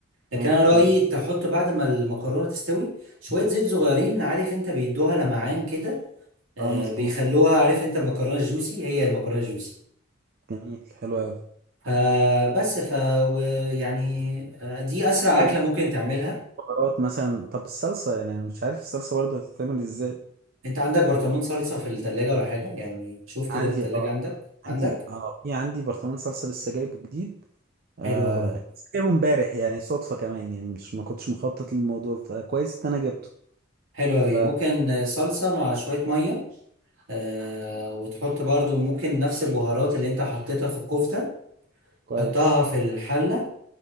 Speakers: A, on the right; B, on the right.
A: لكن
B: اه
A: انا رايي
B: تمام
A: تحط بعد ما المكرونه تستوي شويه زيت صغيرين عارف انت بيدوها لمعان كده آه
B: اه مظبوط
A: بيخلوها عارف انت المكرونه الجوسي هي المكرونه الجوسي
B: جميل حلو قوي
A: فبس ف و- يعني آه، دي اسرع
B: طيب
A: اكله ممكن تعملها
B: بهارات مثلا طب الصلصه يعني انا مش عارف الصلصه برضه هتتعمل ازاي
A: انت عندك برطمان صلصه في الثلاجه ولا حاجه يعني شوف كده
B: عندي
A: في الثلاجه
B: اه
A: عندك عندك
B: عندي اه في عندي برطمان صلصه لسه جايبه جديد آه
A: حلو قوي
B: بس جايبه امبارح يعني صدفة كمان يعني مش ما كنتش مخطط للموضوع فكويس ان انا جبته
A: حلو
B: فتمام
A: قوي ممكن آه، صلصه مع شويه ميه آه وتحط برضو ممكن نفس البهارات اللي انت حطيتها في الكفته
B: كويس
A: حطها في الحله